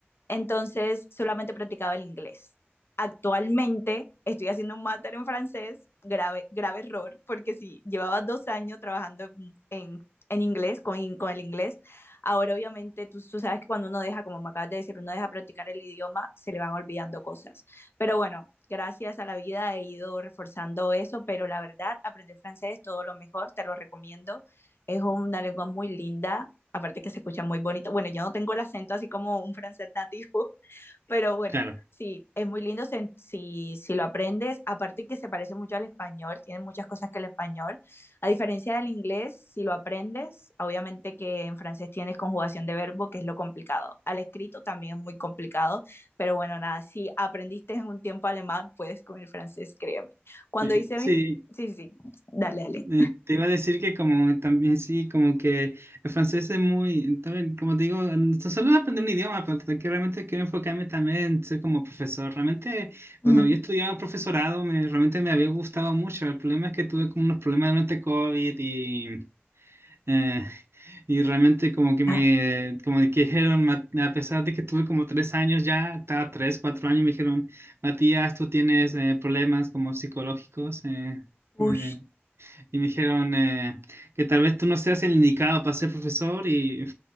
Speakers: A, on the left; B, on the right.
A: entonces, solamente practicaba el inglés. Actualmente estoy haciendo un máster en francés, grave, grave error, porque si sí, llevaba dos años trabajando en, en inglés, con, con el inglés, ahora obviamente tú, tú, sabes que cuando uno deja, como me acabas de decir, uno deja practicar el idioma, se le van olvidando cosas. Pero bueno, gracias a la vida he ido reforzando eso, pero la verdad, aprender francés es todo lo mejor, te lo recomiendo. Es una lengua muy linda, aparte que se escucha muy bonito. Bueno, yo no tengo el acento así como un francés nativo, <laughs> pero bueno,
B: Claro.
A: sí, es muy lindo si, si, si lo aprendes. Aparte que se parece mucho al español, tiene muchas cosas que el español. A diferencia del inglés, si lo aprendes, obviamente que en francés tienes conjugación de verbo, que es lo complicado. Al escrito también es muy complicado, pero bueno, nada, si aprendiste en un tiempo alemán, puedes con el francés, créeme. Cuando
B: Sí,
A: hice
B: sí,
A: mi... Sí, sí, sí, dale, dale.
B: Eh, te iba a decir que como también sí, como que el francés es muy, también, como te digo, en- so- solo aprender un idioma, pero que realmente quiero enfocarme también en ser como profesor. Realmente cuando
A: Mm.
B: había estudiado profesorado, me, realmente me había gustado mucho. El problema es que tuve como unos problemas durante COVID y, eh, y realmente como que me,
A: Ah,
B: como que dijeron, "Ma- a pesar de que tuve como tres años ya, estaba tres, cuatro años, me dijeron, Matías, tú tienes eh, problemas como psicológicos. eh,
A: uy.
B: eh, y me dijeron eh, que tal vez tú no seas el indicado para ser profesor y,